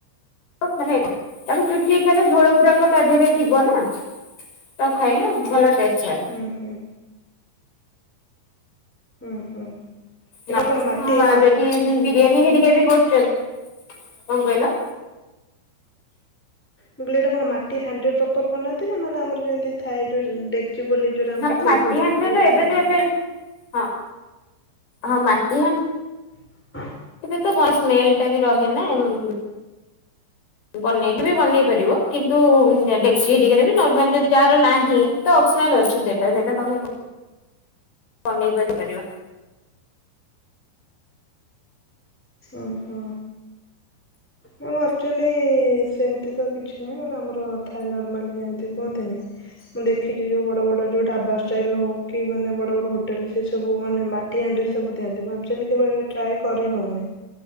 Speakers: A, on the left (about 55°); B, in the centre.
A: ମାନେ, ତାକୁ ଚୁଚି କି ଖାଇଲେ ଝୋଳ ଗୁଡାକ ତା ଦେହରେ ଥିବ ନା ତ ଖାଇଲ ଭଲ ଟେଷ୍ଟ <unintelligible>
B: ହୁଁ ହୁଁ। ଉ ହୁଁ। ଏଇଟା
A: ନା
B: କଣ ମାଟି ମା
A: ଯଦି
B: ମୁଁ
A: ବିରିୟାନୀ ହେରିକା ବି କରୁଛନ୍ତି। କଣ କହିଲ?
B: ମୁଁ କହିଲି ଏଇଟା କଣ ମାଟି ହାଣ୍ଡି ରେ ପ୍ରପର୍ ବନାନ୍ତି, ନା ମାନେ ଆମର ଯେମିତି ଥାଏ ଯେଉ ଡେକିଚି ବୋଲି ଯୋଉଟା ଆମର
A: ନା
B: ସିଲଭର
A: ମାଟି
B: ଡେକ୍ଚି
A: ହାଣ୍ଡି ରେ
B: ଯୋଉଟା
A: ତ ଏବେ
B: ସେଇରା
A: ତ ଏବେ ହଁ, ହଁ ମାଟି ହାଣ୍ଡି
B: <inaudible>
A: ତ ଭଲ ସ୍ମେଲ୍ ଟା ବି ରହେ ନା। <unintelligible> ବନେଇଲେ ବି ବନେଇ ପାରିବ, କିନ୍ତୁ ହେଡେକ୍ ସେ ଦିଗରେ ବି ନର୍ମାଲ ଯଦି ଯାହାର ନାହିଁ, ତ ଅପସନାଲ ଅଛି ସେଇଟା ସେଇଟା ତମେ ବନେଇ ପାରି ପାରିବ।
B: ଓହୋ। ମଁ ଆକ୍ଚୁଲି ସେମିତି ତ କିଛି ନୁଏଁ, ମାନେ ଆମରଥାଏ ନର୍ମାଲି ଯେମିତି କୁହନ୍ତିନି। ମୁଁ ଦେଖିଛି, ଯୋଉ ବଡ଼ ବଡ଼ ଯୋଉ ଢାବା ଷ୍ଟାଇଲ୍ ହଉ କି ମାନେ ବଡ଼ ବଡ଼ ହୋଟେଲ ସେ ସବୁ ମାନେ ମା ଟି ହାଣ୍ଡି ରେ ସବୁ ଦିଅନ୍ତି। ମୁଁ ଆକଚୁଆଲି କେବେ ଟ୍ରାୟ କରିନୁ ଆମେ,